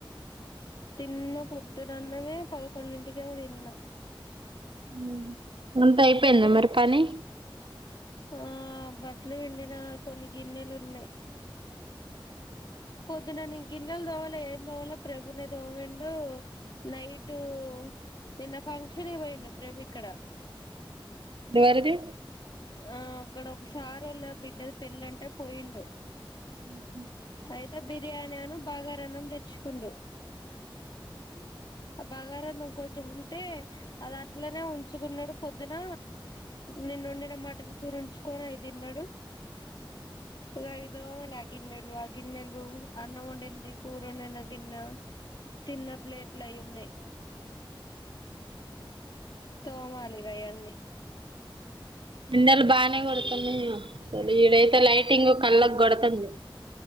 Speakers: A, on the left; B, on the right.
A: తిన్న పొద్దునన్నమే పదకొండింటికేమో తిన్న
B: మ్మ్ అంత అయిపోయిందా
A: పొద్దున
B: మరి పని
A: ఆ బడ్లు విండిన కొన్ని గిన్నెలు ఉన్నాయి పొద్దునన్న ఇం గన్నెలు తోవాలో ఏం తోవాలో ప్రభునే దోమిండు నైట్ నిన్న ఫంక్షన్ ఇయిపోయిండు ప్రభు ఇక్కడ
B: ఇదివేరది
A: ఆ అక్కడ ఒకసారి వాళ్ళ బిడ్డలు పెళ్ళ అంటే పోయిండు
B: ఊహు
A: అయితే బిర్యానీ అను బాగా రన్నం తెచ్చుకుండు ఉ ఆ బాగారు నువ్వు కొంచెం ఉంటే అది అట్లనే ఉంచుకున్నాడు పొద్దున నిన్నండి మటన్ కూరంచుకొని అఐ తిన్నాడు ఇ ఐదో మళ ఆగిన్నెలు ఆగిన్నెలు అన్నం వంంది కూరండన గిన్నె తిన్న ప్లేట్లు అయి ఉన్నాయి తోమాలిగాయవన్నీ
B: ఇందల్ బానే కొడతను స ఈ అయతే లైటింగ్ కల్క్ గడతంది